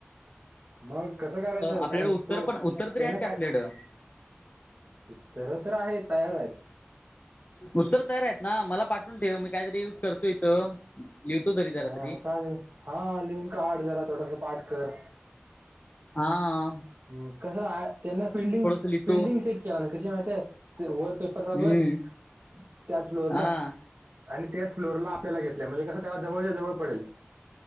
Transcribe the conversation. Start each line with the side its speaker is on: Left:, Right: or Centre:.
Right: मग कसं करायचं
Left: आपल्याकडे
Right: कारण
Left: उत्तर
Right: तो
Left: पण उत्तर तरी
Right: त्यान
Left: आहेत की
Right: काय.
Left: आपल्याकडं
Right: उतर तर आहे तयार आहेत.
Left: उत्तर तयार आहेत ना मला पाठवून ठेव मी काहीतरी युज करतो इथं. लिहितो तरी जरा
Right: हा
Left: तरी
Right: चालेल हा लिहून काढ जरा थोडासा पाठ कर.
Left: हा आ.
Right: ह् कसं त्यांना फिल्डिंग
Left: लिहितो
Right: फिल्डिंग सेट केला ना कशी माहितीय आहे. वर पेपर चालू
Left: हम्म
Right: आहेत त्याच फ्लोअर
Left: हा
Right: ला. आणि त्याच फ्लोरला आपल्याला घेतल्या म्हणजे कसं त्याला जवळच्या जवळ पडेल.